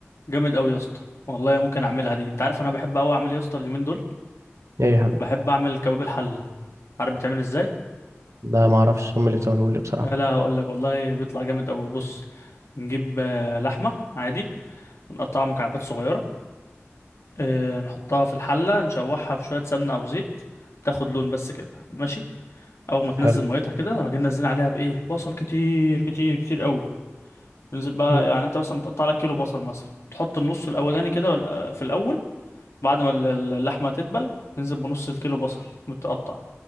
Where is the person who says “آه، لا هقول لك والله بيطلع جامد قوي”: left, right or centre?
Left